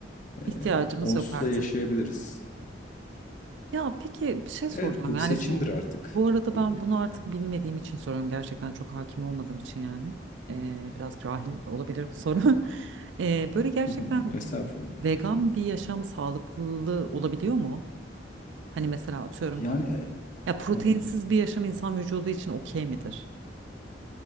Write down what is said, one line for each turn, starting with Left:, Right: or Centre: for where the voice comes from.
Left: e,
Right: İhtiyacımız
Left: onsuz
Right: yok artık.
Left: da yaşayabiliriz.
Right: Ya peki bir şey
Left: Evet
Right: soracağım.
Left: bu
Right: Yani
Left: bir seçimdir
Right: bu
Left: artık.
Right: bu arada
Left: Buyurun.
Right: ben bunu artık bilmediğim için soruyorum. Gerçekten çok hakim olmadığım için yani. Ee, biraz cahil olabilir bu soru. <laughs> Ee, böyle gerçekten
Left: Hı hı, Estağfurullah.
Right: vegan bir yaşam sağlıklı olabiliyor mu? Hani mesela atıyorum
Left: Yani e,
Right: ya proteinsiz
Left: hı hı.
Right: bir yaşam insan vücudu için okey midir?